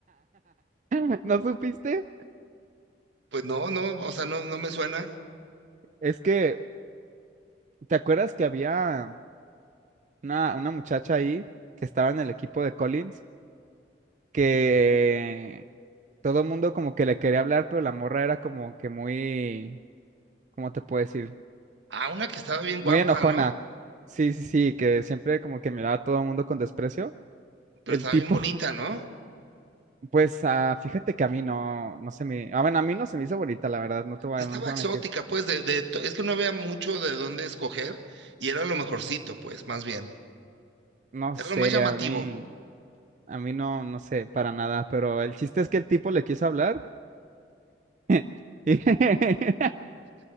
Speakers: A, on the right; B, on the right.
A: <laughs> ¿No supiste?
B: Pues no, no, o sea, no, no me suena.
A: Es que, ¿te acuerdas que había una, una muchacha ahí que estaba en el equipo de Collins que todo mundo como que le quería hablar, pero la morra era como que muy, ¿cómo te puedo decir?
B: Ah, una que estaba bien
A: Muy
B: guapa,
A: enojona.
B: ¿no?
A: Sí, sí, sí, que siempre como que miraba a todo el mundo con desprecio.
B: Pero
A: El
B: estaba
A: tipo
B: bien bonita, ¿no?
A: Pues ah, fíjate que a mí no, no se me, ah, bueno, a mí no se me hizo bonita, la verdad, no te voy
B: Estaba
A: a, no te voy
B: exótica,
A: a mentir.
B: pues, de, de, to- es que no había mucho de dónde escoger y era lo mejorcito, pues, más bien.
A: No
B: Era
A: sé,
B: lo más llamativo.
A: a mí, a mí no, no sé, para nada, pero el chiste es que el tipo le quiso hablar <laughs> y, <laughs>